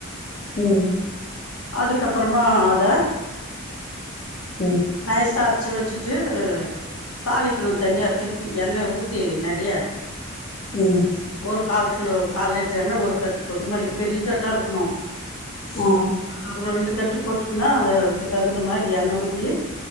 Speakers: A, on the left (about 30°); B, on the left (about 80°).
A: ம்
B: அதுக்கப்றமா அத
A: ம்
B: நைசா அரச்சு வெச்சுட்டு அ தாளிக்கணோ தன்யா திருப்பி எண்ணெ ஊத்தி நெறையா
A: ம்
B: ஒரு கால் கிலோ கால் லிட்ரு எண்ண ஒரு கட்டு் கொத்தமல்லி பெரிய கட்டா இருக்கணோ
A: ஆ
B: அ ஒரு ரெண்டு கட்டு போட்டோன்னா வேர் அதுக்கு தகுந்த மாரி எண்ண ஊத்தி